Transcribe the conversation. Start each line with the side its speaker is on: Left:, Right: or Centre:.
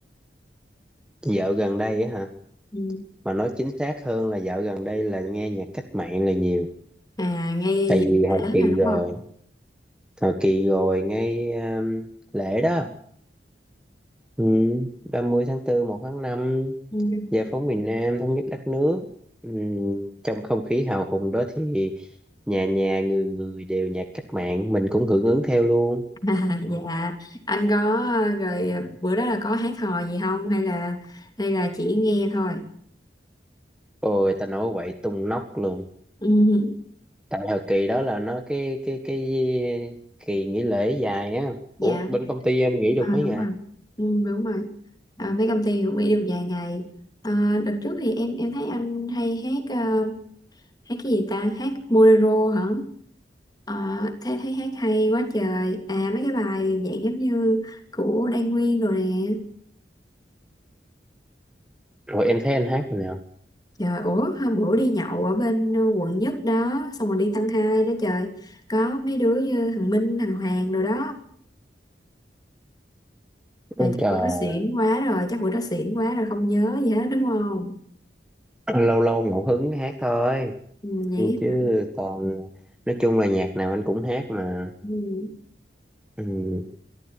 Centre: dạo gần đây á hả
Left: Ừ.
Centre: mà nói chính xác hơn là dạo gần đây là nghe nhạc cách mạng là nhiều
Left: À, nghe
Centre: tại
Left: dịp
Centre: vì
Left: lễ
Centre: hồi kỳ
Left: rồi đúng
Centre: rồi
Left: không?
Centre: hồi kỳ rồi ngay um, lễ đó ừ, 30 tháng 4 một tháng năm
Left: Ừ.
Centre: Giải phóng miền Nam thống nhất đất nước. Ừm, trong không khí hào hùng đó thì nhà nhà người người đều nhạc cách mạng, mình cũng hưởng ứng theo luôn.
Left: <laughs> À, dạ anh có ờ, rồi ờ, bữa đó là có hát hò gì không hay là hay là chỉ nghe thôi
Centre: Ôi ta nói quậy tung nóc luôn.
Left: ừ,
Centre: Tại thời kỳ đó là nó cái cái cái kỳ nghỉ lễ dài á.
Left: dạ
Centre: Ủa bên công ty em nghỉ được
Left: à,
Centre: mấy
Left: đúng
Centre: ngày?
Left: rồi ừ, đúng rồi à, mấy công ty cũng nghỉ được vài ngày à, đợt trước thì em em thấy anh hay hát ờ, hát cái gì ta hát bolero hả à, thấy thấy hát hay quá trời à mấy cái bài dạng giống như của Đan Nguyên rồi nè
Centre: Rồi em thấy anh hát rồi nào?
Left: Trời, ủa hôm bữa đi nhậu ở bên ờ, quận nhất đó Xong rồi đi tăng hai đó trời Có mấy đứa như thằng Minh, thằng Hoàng rồi đó Trời,
Centre: Ôi
Left: chắc
Centre: trời,
Left: bữa đó xỉn quá rồi Chắc bữa đó xỉn quá rồi không nhớ gì hết đúng không
Centre: lâu lâu ngẫu hứng hát thôi.
Left: ừ, Vậy
Centre: Ừ, Chứ
Left: hả?
Centre: còn nói chung là nhạc nào anh cũng hát mà.
Left: ừ.
Centre: Ừ,